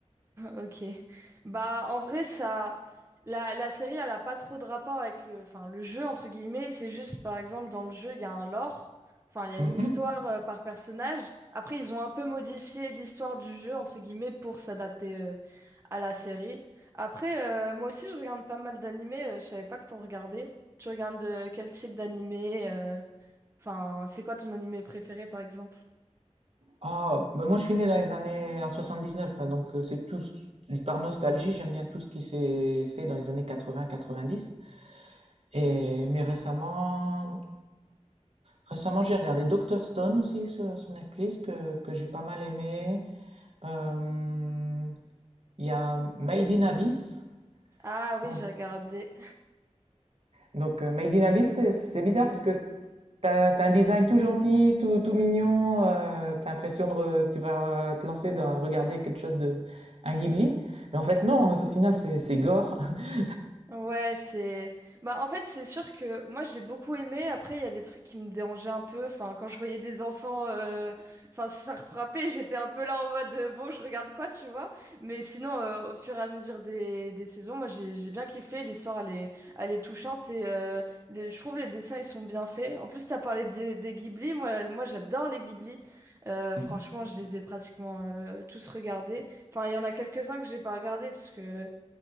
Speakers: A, on the right; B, on the right.
A: Ok. Bah, en vrai, ça, la, la série, elle a pas trop de rapport avec le, enfin, le jeu, entre guillemets. C'est juste, par exemple, dans le jeu, il y a un lore. Enfin, il y a
B: Mhm.
A: une histoire euh, par personnage. Après, ils ont un peu modifié l'histoire du jeu, entre guillemets, pour s'adapter euh, à la série. Après, euh, moi aussi, je regarde pas mal d'animés. euh, je savais pas que t'en regardais. Tu regardes euh, quel type d'animé euh, Enfin, c'est quoi ton animé préféré, par exemple?
B: Ah, bah moi je suis né dans les années en 79, hein, donc euh, c'est tout. ce- Par nostalgie, j'aime bien tout ce qui s'est fait dans les années 80-90. Et mais récemment, récemment j'ai regardé Doctor Stone aussi sur, sur Netflix que, que j'ai pas mal aimé. Euh, Il y a Made in Abyss.
A: Ah
B: Quoi
A: oui, j'ai regardé.
B: Donc, euh, Made in Abyss, c'est c'est bizarre parce que t'as, t'as un design tout gentil, tout, tout mignon, euh, t'as l'impression de re- que tu vas euh, te lancer dans regarder quelque chose de un Ghibli, mais en fait non, au final c'est c'est gore. <laughs>
A: Ouais, c'est. Bah, en fait, c'est sûr que moi, j'ai beaucoup aimé. Après, il y a des trucs qui me dérangeaient un peu. Enfin, quand je voyais des enfants euh, enfin, se faire frapper, j'étais un peu là en mode euh, bon, je regarde quoi, tu vois. Mais sinon, euh, au fur et à mesure des, des saisons, moi, j'ai j'ai bien kiffé. L'histoire, elle est... elle est touchante et euh, les... je trouve les dessins, ils sont bien faits. En plus, t'as parlé des, des Ghibli. Moi, moi j'adore les Ghibli. Euh,
B: Mhm.
A: franchement, je les ai pratiquement euh, tous regardés. Enfin, il y en a quelques-uns que j'ai pas regardés parce que.